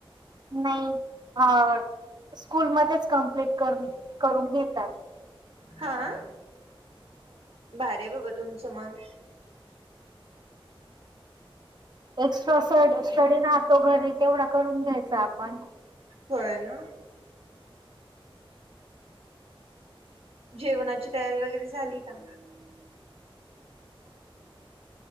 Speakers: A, on the right; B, on the right.
A: नाही अ स्कूलमध्येच कम्प्लीट करून करून घेतायत.
B: हहां भारी आहे बाबा तुमचं मग
A: एक्स्ट्राअसा स्टडी राहतो, घरी तेवढा करून घ्यायचा आपण.
B: होय ना. जेवणाची तयारी वगैरे झाली का?
A: <inaudible>